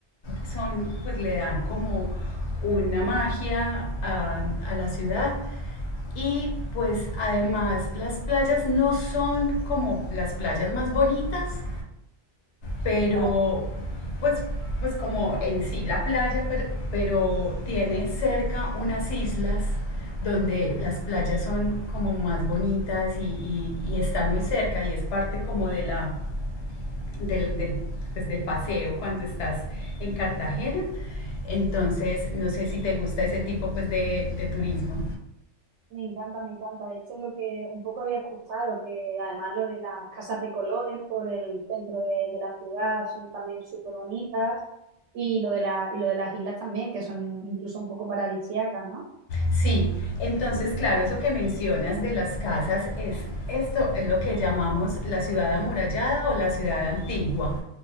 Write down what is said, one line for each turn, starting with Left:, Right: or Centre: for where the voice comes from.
Left: son, pues le dan como una magia a, a la ciudad. Y pues además las playas no son como las playas más bonitas, pero
Right: Vale.
Left: pues, pues como en sí la playa, pero, pero tiene cerca unas islas donde las playas son como más bonitas y, y- y están muy cerca y es parte como de la, del, del, pues, del paseo cuando estás en Cartagena. Entonces, no sé si te gusta ese tipo pues, de, de turismo.
Right: Me encanta, me encanta. De hecho, es lo que un poco había escuchado, que además lo de las casas de colores por el centro de, de la ciudad son también súper bonitas y lo de la, y lo de las islas también, que son incluso un poco paradisíacas, ¿no?
Left: Sí, entonces, claro, eso que mencionas de las casas es esto es lo que llamamos la ciudad amurallada o la ciudad antigua,